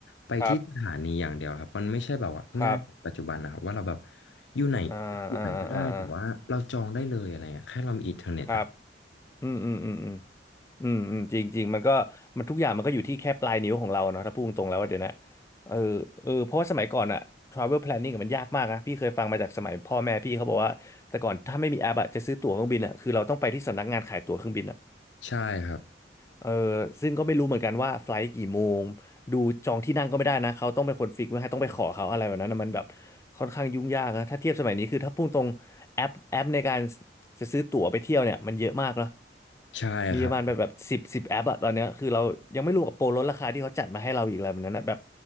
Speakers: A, on the left; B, on the left.
A: ไปที่สถานีอย่างเดียวครับมันไม่ใช่แบบว่าง่ายแบบปัจจุบันนะครับว่าเราแบบ
B: ครับครับ
A: อยู่ไหน
B: อ่าอ่าอ่าอ่า
A: อยู่ไหนก็ได้แต่ว่าเราจองได้เลยอะไรเงี้ยแค่เรามีอินเทอร์เน็ตอะ
B: ครับ อืมอืมอืมอืมอืมอืมจริงจริงมันก็มันทุกอย่างมันก็อยู่ที่แค่ปลายนิ้วของเราเนาะถ้าพูดตรงๆแล้วว่าเดี๋ยวนะเออเออเพราะว่าสมัยก่อนอะ travel planning อะมันยากมากนะพี่เคยฟังมาจากสมัยพ่อแม่พี่เขาบอกว่าแต่ก่อนถ้าไม่มีแอปอะจะซื้อตั๋วเครื่องบินอะคือเราต้องไปที่สำนักงานขายตั๋วเครื่องบินอะ
A: ใช่ครับ
B: เออซึ่งก็ไม่รู้เหมือนกันว่าไฟล์กี่โมงดูจองที่นั่งก็ไม่ได้นะเขาต้องเป็นคนฟิกไว้ให้ต้องไปขอเขาอะไรแบบนั้นนะมันแบบค่อนข้างยุ่งยากนะถ้าเทียบสมัยนี้คือถ้าพูดตรงแอปแอปในการจะซื้อตั๋วไปเที่ยวเนี่ยมันเยอะมากแล้ว
A: ใช่ครับ
B: มีประมาณแบบแบบสิบสิบแอปอะตอนเนี้ยคือเรายังไม่รวมกับโปรลดราคาที่เขาจัดมาให้เราอีกอะไรแบบนั้นนะแบบ